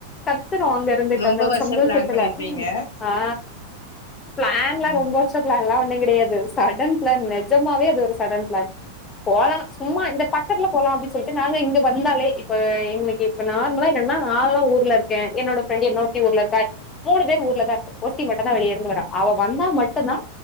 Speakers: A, on the left (about 20°); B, on the left (about 65°).
A: கத்துறா அந்த
B: ரொம்ப
A: ஒரு
B: வருஷம்
A: சந்தோஷத்துல
B: பிளான் பண்ணியிருப்பீங்க.
A: ஆஹ் ஆ பிளான்லா
B: ம்.
A: ரொம்ப வருஷத்துல இல்ல ஒன்னுங் கெடையாது சடன் பிளான் நெஜமாவே அது ஒரு சடன் பிளான் போலா சும்மா இந்த பக்கத்துல போலா அப்டின்னு சொல்ட்டு நாங்க இங்க <unintelligible> இருந்தாலே இப்ப எங்களுக்கு இப்ப நார்மலா என்னன்னா நான்லா ஊர்ல இருக்கே என்னோட ஃபிரெண்ட் என்னோட த்தி ஊர்ல இருக்கா மூணு பேர் ஊர்லதா இருக்கோ ஒருத்தி மட்டுந்தா வெளிய இருந்து வரா அவ வந்தா மட்டுந்தா